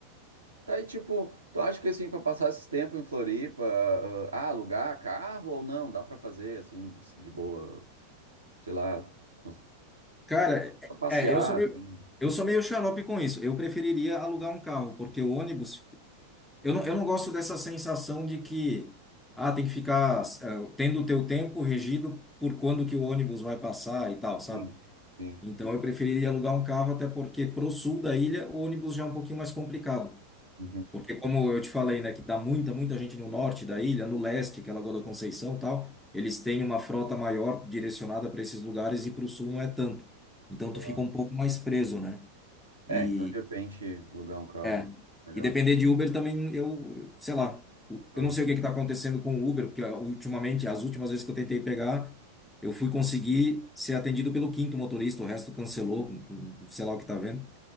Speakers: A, on the right (about 80°); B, in the centre.
A: Tá aí, tipo, tu acha que assim, pra passar esse tempo em Floripa, ah, ah, alugar carro ou não? Dá pra fazer, assim, de boa, sei lá, trans-
B: Cara, é,
A: pra passear,
B: é, eu sou meio,
A: assim.
B: eu sou meio xarope com isso. Eu preferiria alugar um carro, porque o ônibus, eu não, eu não gosto dessa sensação de que, ah, tem que ficar, eh, tendo o teu tempo regido por quando que o ônibus vai passar e tal, sabe?
A: Sim, sim.
B: Então, eu preferiria alugar um carro, até porque pro sul da ilha o ônibus já é um pouquinho mais complicado.
A: Uhum,
B: Porque como eu te falei, né, que dá muita, muita gente no norte da ilha, no leste, que é Lagoa da Conceição e tal, eles têm uma frota maior direcionada para esses lugares e para o sul não é tanto. Então
A: tá.
B: tu fica um pouco mais preso, né?
A: É,
B: E
A: então de repente alugar um carro
B: é,
A: melhor.
B: e depender de Uber também eu, sei lá, eu
A: Tá.
B: não sei o que que tá acontecendo com o Uber, porque ah, ultimamente, as últimas vezes que eu tentei pegar, eu fui conseguir ser atendido pelo quinto motorista, o resto cancelou, hum, hum, sei lá o que tá vendo.